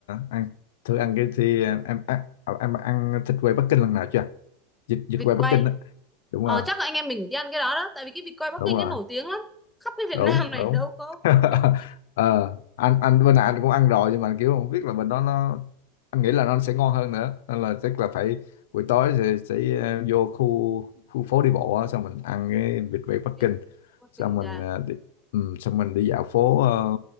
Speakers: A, on the left (about 70°); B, in the centre.
A: ăn thử ăn cái thì em em ăn, em ăn thịt quay Bắc Kinh lần nào chưa? Vịt vịt
B: vịt
A: quay
B: quay
A: Bắc Kinh á. Đúng
B: ờ
A: rồi,
B: chắc là anh em mình phải đi ăn cái đó đó tại vì cái vịt quay Bắc
A: đúng
B: Kinh
A: rồi.
B: nó nổi tiếng lắm khắp cái Việt
A: đúng
B: Nam này
A: đúng
B: đâu có
A: <laughs>
B: vịt quay Bắc Kinh
A: ờ anh anh bên này anh cũng ăn rồi nhưng mà kiểu không biết là bên đó nó anh nghĩ là nó sẽ ngon hơn nữa nên là chắc là phải buổi tối sẽ, sẽ ờ, vô khu khu phố đi bộ á, xong mình ăn cái vịt quay Bắc
B: Cái
A: Kinh
B: vịt quay Bắc
A: xong
B: Kinh
A: mình
B: là,
A: ờ, đi, ừ, xong mình đi dạo phố ờ,